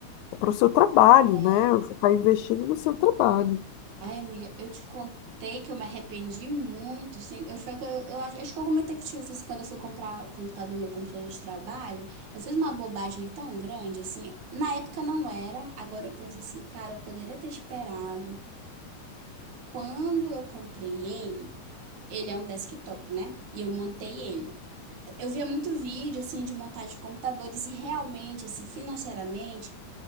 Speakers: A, on the left; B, on the right.
A: para o seu trabalho,
B: É,
A: né? Você está investindo no seu trabalho.
B: Ai, amiga, eu te contei que eu me arrependi muito, sim. Eu, acho que eu, eu acho acho que eu comentei contigo, assim, quando eu fui comprar o computador, meu computador de trabalho, eu fiz uma bobagem tão grande, assim. Na época não era, agora eu penso assim, cara, eu poderia ter esperado. Quando eu comprei ele, ele é um desktop, né? E eu montei ele. Eu via muito vídeo, assim, de montagem de computadores e realmente, assim, financeiramente,